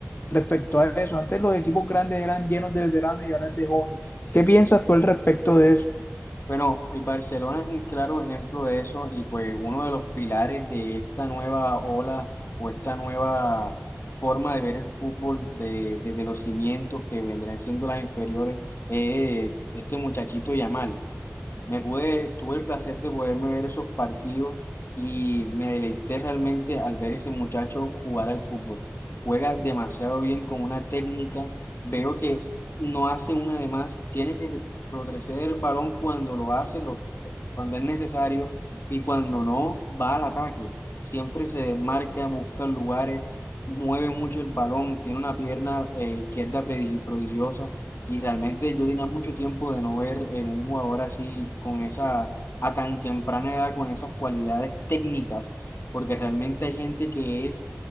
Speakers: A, on the left; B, on the left.
A: respecto a eso. Antes los equipos grandes eran llenos de veteranos y ahora es de jóvenes. ¿Qué piensas tú al respecto de eso?
B: Bueno, el Barcelona es un claro ejemplo de eso y pues uno de los pilares de esta nueva ola o esta nueva forma de ver el fútbol de, desde los cimientos que vendrán siendo las inferiores es este muchachito Yamal. Me pude, tuve el placer de poderme ver esos partidos y me deleité realmente al ver ese muchacho jugar al fútbol. Juega demasiado bien con una técnica. Veo que no hace una de más. Tiene que retroceder el balón cuando lo hace, lo- cuando es necesario y cuando no, va al ataque. Siempre se desmarca, busca lugares, mueve mucho el balón, tiene una pierna eh, izquierda predi- prodigiosa. Y realmente yo tenía mucho tiempo de no ver eh, un jugador así, con esa, a tan temprana edad, con esas cualidades técnicas, porque realmente hay gente que es,